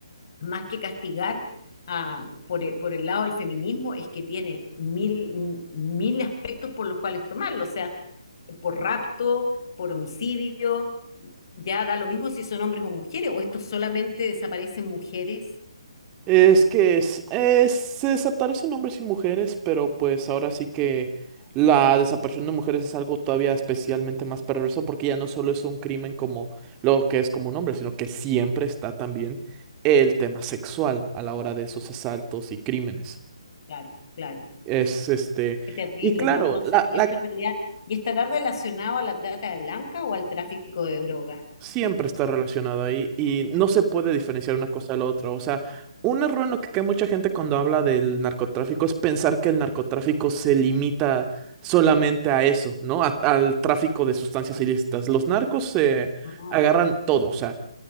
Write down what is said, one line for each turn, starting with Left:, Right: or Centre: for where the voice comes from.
Left: más que castigar ah, por, e- por el lado del feminismo, es que tiene mil, mil aspectos por los cuales tomarlo, o sea, por rapto, por homicidio ya da lo mismo si son hombres o mujeres, o esto solamente desaparecen mujeres.
Right: Es que es, es- se desaparecen hombres y mujeres, pero pues ahora sí que la desaparición de mujeres es algo todavía especialmente más perverso porque ya no solo es un crimen como lo que es como un hombre, sino que siempre está también el tema sexual a la hora de esos asaltos y crímenes.
Left: Claro, claro.
Right: Es este,
Left: Qué terrible,
Right: y claro,
Left: no, no sabía
Right: la, la
Left: esta realidad. ¿Y estará relacionado a la trata de blanca o al tráfico de drogas?
Right: siempre está relacionado ahí y no se puede diferenciar una cosa de la otra. O sea, un error en lo que cae mucha gente cuando habla del narcotráfico es pensar que el narcotráfico se limita solamente a eso, ¿no? A- al tráfico de sustancias ilícitas. Los narcos se
Left: No,
Right: agarran todo, o sea,